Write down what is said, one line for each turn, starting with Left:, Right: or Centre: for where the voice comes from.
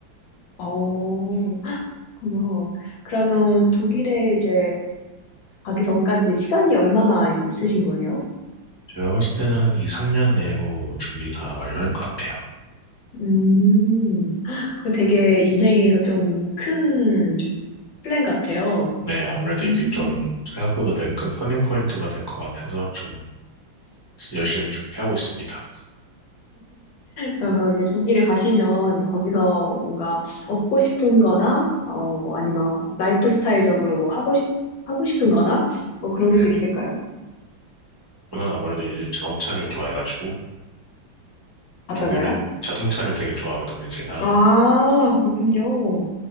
Left: 어, 그렇군요. 그러면 독일에 이제 가기 전까지 시간이 얼마나 이제 있으신 거예요?
Right: 제가 봤을 때는 한 2, 3년 내로 준비 다 완료할 것 같아요.
Left: 음, 그 되게 인생에서 좀 큰 좀 플랜 같아요.
Right: 네, 아무래도
Left: 음,
Right: 이게 좀 생각보다 되게 큰 터닝 포인트가 될 것 같아서 좀 열심히 준비하고 있습니다.
Left: 그러면 이제 독일에 가시면 거기서 뭔가 얻고 싶은 거나, 어, 뭐 아니면 라이프 스타일적으로 뭐 하고, 싶 하고 싶은 거나, 뭐 그런
Right: 네네.
Left: 게 또 있을까요?
Right: 저는 아무래도 이제 자동차를 좋아해가지고
Left: 어떤가요?
Right: 독일을 자동차를 되게 좋아하거든요, 제가.
Left: 아, 그렇군요.